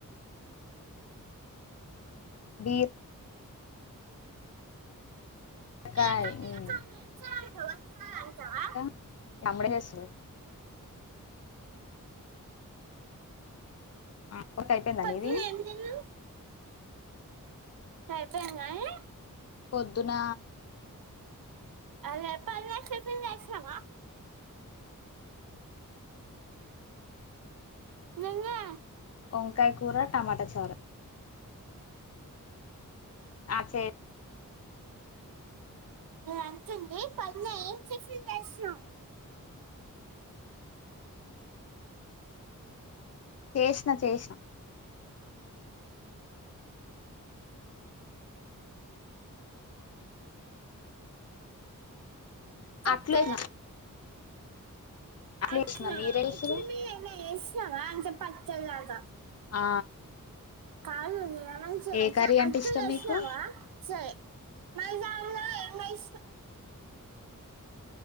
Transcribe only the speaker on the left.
బి రకాయ్
మ్
ఇంకా తమ్ముడు ఏం చేస్తుండు ఆ కొత్ అయిపోయింద
నిది
పొద్దున
వంకాయ కూర టమాటా చరు అ చే
చేసిన చేసిన
అట్లేసిన అట్లా
చేసిన మీరే చేసిరు
ఆ
ఏ
కర్రీ
ఇష్టం
మీకు